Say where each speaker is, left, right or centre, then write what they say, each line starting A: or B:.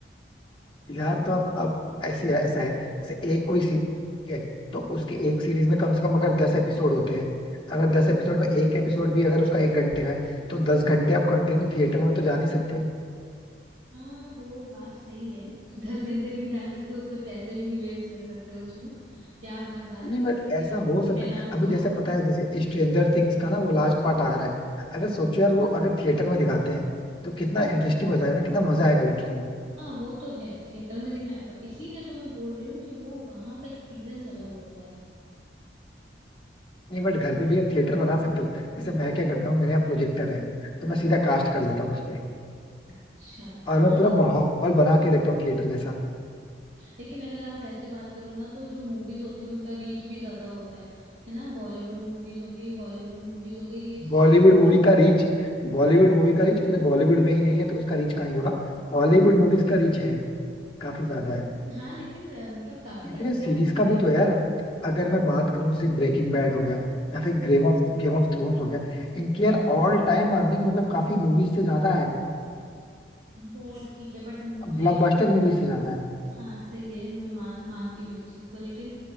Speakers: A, on the left; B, on the right.
A: यार तो आप अब ऐसी है ऐसा है जैसे एक कोई सीरीज है तो उसके एक सीरीज में कम से कम अगर दस एपिसोड होते हैं अगर दस एपिसोड में एक एपिसोड भी अगर उसका एक घंटे का है तो दस घंटे आप कंटिन्यू थिएटर में तो जा नहीं सकते
B: हाँ वो बात सही है <laughs> दस घंटे नहीं डाल सकते उतने पैसे भी नहीं वेस्ट कर सकते उसमें क्या आप हर बार
A: नहीं
B: की टिकट
A: बट ऐसा
B: ले लो
A: हो सकता
B: टेन आवर्स
A: है
B: का
A: अभी
B: होगा
A: जैसे
B: तो
A: पता है जैसे स्ट्रेंजर थिंग्स का ना वो लास्ट पार्ट आ रहा है अगर सोचो यार वो अगर थिएटर में दिखाते हैं तो कितना इंटरेस्टिंग हो जाएगा ना कितना मजा आएगा लिटरली
B: हाँ वो तो है थिएटर में दिखाए इसीलिए तो मैं बोल रही हूँ कि वो वहां का एक्सपीरियंस अलग होता है
A: नहीं बट घर पे भी आप थिएटर बना सकते हो जैसे मैं क्या करता हूँ मेरे यहाँ प्रोजेक्टर है तो मैं सीधा कास्ट कर लेता हूँ उस पे
B: अच्छा हाँ
A: और मैं पूरा
B: तो फिर-
A: माहौल बना के देखता हूँ थिएटर जैसा
B: लेकिन अगर आप वैसे बात करो ना तो जो मूवीज होती है उनका रीच भी ज्यादा होता है है ना बॉलीवुड मूवीज हो गई हॉलीवुड मूवीज हो गई ये
A: बॉलीवुड
B: सब मतलब
A: मूवी का रीच बॉलीवुड मूवी का रीच पूरे बॉलीवुड में ही नहीं है तो उसका रीच कहाँ ही होगा हॉलीवुड मूवीज का रीच है काफी ज्यादा है
B: हाँ लेकिन अ, मतलब काफी
A: लेकिन
B: सारे
A: ये
B: प्लेटफॉर्म
A: सीरीज का भी
B: पे
A: तो है यार अगर मैं बात करूं जैसे ब्रेकिंग बैड हो गया या फिर गेम ऑफ गेम ऑफ थ्रोन्स हो गया इनकी यार ऑल टाइम अर्निंग मतलब काफी मूवीज से ज्यादा है
B: वो ठीक है बट मुझे
A: ब्लॉकबस्टर मूवी से ज्यादा है
B: हाँ सही है मैं मान मानती हूँ इस चीज को लेकिन